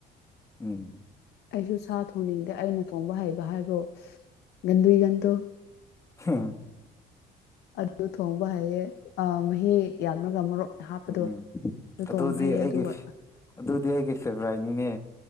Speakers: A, on the left (about 15°); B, on the left (about 80°).
A: ꯎꯝ
B: ꯑꯩꯁꯨ ꯁꯥ ꯊꯣꯡꯅꯤꯡꯗꯦ ꯑꯩꯅ ꯊꯣꯡꯕ ꯍꯩꯕ ꯍꯥꯏꯕꯣ ꯒꯟꯗꯨꯏꯒꯟꯗꯣ
A: ꯎꯡ
B: ꯑꯗꯨ ꯊꯣꯡꯕ ꯍꯩꯌꯦ ꯑ ꯃꯍꯤ ꯌꯥꯝꯔꯒ ꯃꯔꯣꯛ ꯍꯥꯞꯄꯗꯣ
A: ꯎꯝ ꯎꯝ
B: ꯑꯗꯨ
A: ꯑꯗꯨꯗꯤ
B: ꯊꯣꯡꯕ ꯍꯩꯌꯦ
A: ꯑꯩꯒꯤ
B: ꯑꯗꯨꯒ
A: ꯑꯗꯨꯗꯤ ꯑꯩꯒꯤ ꯐꯦꯕ꯭ꯔꯥꯏꯠꯅꯤꯅꯦ